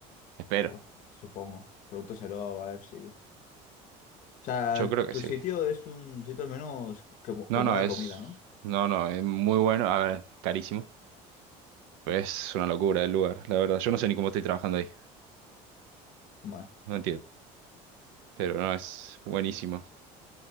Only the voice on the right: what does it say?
espero,
yo creo que
sí.
No,
no,
es,
no, no, es muy bueno, a ver, carísimo, pero es una locura el lugar, la verdad, yo no sé ni cómo estoy trabajando ahí,
no entiendo, pero no, es buenísimo.